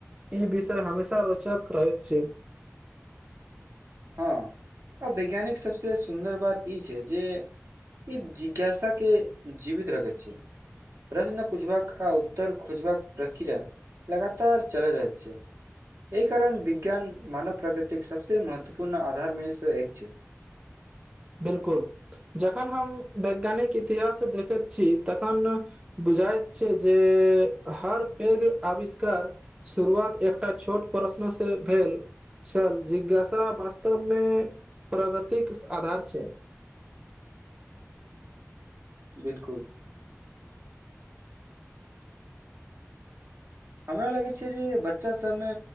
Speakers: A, on the right; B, on the right.
A: इ विषय हमेशा रोचक रहैत छै
B: हँ वैज्ञानिक सबसे सु सुन्दर बात ई छै जे ई जिज्ञासा के जीवित रखै छै प्रश्न पुछबाक आ उत्तर खोजबाक प्रक्रिया लगातार चल रहत छै एहि कारण विज्ञान मानव प्राकृतिक सबसँ महत्व महत्पूर्ण आधार मे स एक छै
A: बिल्कुल जखन हम वैज्ञानिक इतिहास देखैत छी तखन बुझायत छै जे हर पेघ आविष्कार शुरुआत एकटा छोट प्रश्नसे भेल छल जिज्ञासा वास्तवमे प्रगतिक आधार छै
B: बिल्कुल हमरा लगैत छै जे बच्चासबमे